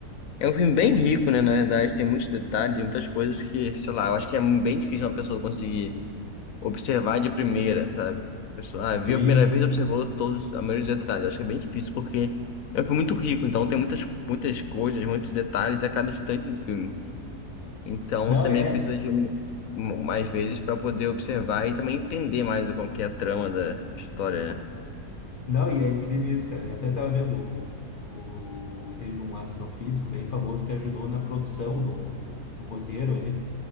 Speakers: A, on the left (about 65°); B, on the left (about 80°).
A: é um filme bem rico, né? Na verdade, tem muitos detalhes, muitas coisas que, sei lá, eu acho que é bem difícil uma pessoa conseguir. observar de primeira, sabe? A Pessoa, ah,
B: Sim.
A: viu a primeira vez, observou todos, a maioria dos detalhes. Acho que é bem difícil porque é um filme muito rico, então tem muitas, muitas coisas, muitos detalhes a cada instante do filme. Então
B: Não
A: você
B: é.
A: meio que precisa de um, um- mais vezes para poder observar e também entender mais o- como que é a trama da história, né?
B: Não, e é incrível isso, cara. Eu até tava vendo o, o- teve um astrofísico bem famoso que ajudou na produção do, do, do roteiro ali.